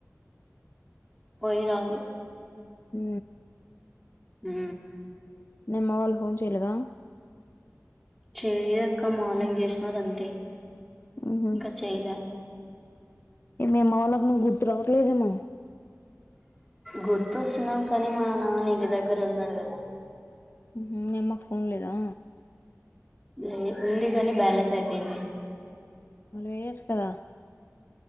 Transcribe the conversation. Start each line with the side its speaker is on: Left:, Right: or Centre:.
Centre: పోయి రాలే
Left: ఉ
Centre: హ
Left: మీ అమ్మ వాళ్ళు ఫోన్ చేయలేదా
Centre: చేయదక్క మార్నింగ్ చేసినారు అంతే
Left: ఉహు
Centre: ఇంకా చేయలే
Left: మీ అమ్మ వాళ్లకి నువ్వు గుర్తు రావట్లేదేమో
Centre: గుర్తుస్తున్నాం కానీ మా నాన్న ఇంటి దగ్గర ఉన్నాడు కదా
Left: మీ అమ్మ కి ఫోన్లేదా
Centre: లే ఉంది కాని బ్యాలెన్స్ అయిపోయింది
Left: నువ్వు వేయచ్చు కదా